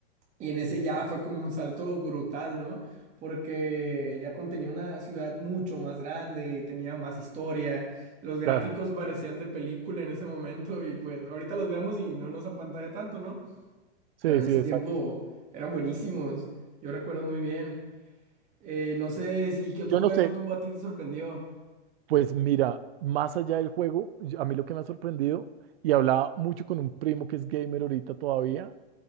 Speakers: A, on the right; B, on the right.
A: y en ese ya fue como un salto brutal, ¿no? Porque ya contenía una ciudad mucho más grande y tenía más historia. Los gráficos
B: Claro.
A: parecían de película en ese momento y pues ahorita los vemos y no nos apantalla tanto, ¿no?
B: Sí,
A: Pero en
B: sí,
A: ese
B: exacto.
A: tiempo eran buenísimos. Yo recuerdo muy bien. Eh, no sé si qué otro
B: Yo
A: juego
B: no sé,
A: tú a ti te sorprendió.
B: Pues mira, más allá del juego, yo- a mí lo que me ha sorprendido, y hablaba mucho con un primo que es gamer ahorita todavía,